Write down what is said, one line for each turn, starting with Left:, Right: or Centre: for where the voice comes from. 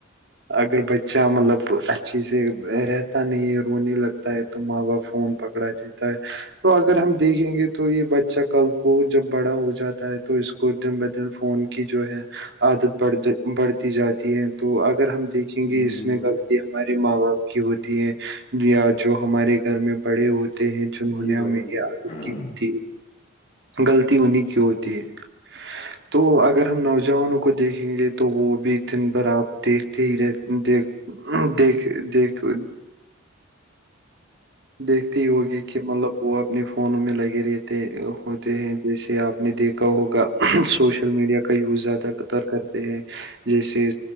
Right: اگر بچےا مطلب اچ سے رت تا نہیں ہے رونے لگتا ہے تو ماں باپ فون پکڑا جتا ہے تو اگر ہم دیکھیں گے تو یہ بچہ کل کو جب بڑا ہو جاتا ہے تو اس کچ دن ب دن فون کی جو ہے عادت بڑھ ج بڑھتی جاتی ہے تو اگر ہم دیکھیں
Left: جی
Right: گے اس
Left: جی
Right: میں
Left: بھائی
Right: غلطیاں ہمارے ماں باپ کی ہوتی ہے یا جو ہمارے گھر میں بڑے ہوتے ہیں جنہوں
Left: جی
Right: نے ہمیں
Left: بھائی
Right: عیادت
Left: جی بھائی
Right: کی تھی غلطی انہیں کیوں ہوتی ہے تو اگر ہم نوجوانوں کو دیکھیں گے تو وہ بھی دن بھر آپ دیکھتے ہی رہ دیکھ دیکھ دیکھ دیکھتی ہوگی کہ مطلب وہ اپنے فونوں میں لگے رہتے ہیں ہوتے ہیں جیسے آپ نے دیکھا ہوگا سوشل میڈیا کا یوز زیادہ تر کرتے ہیں جیسے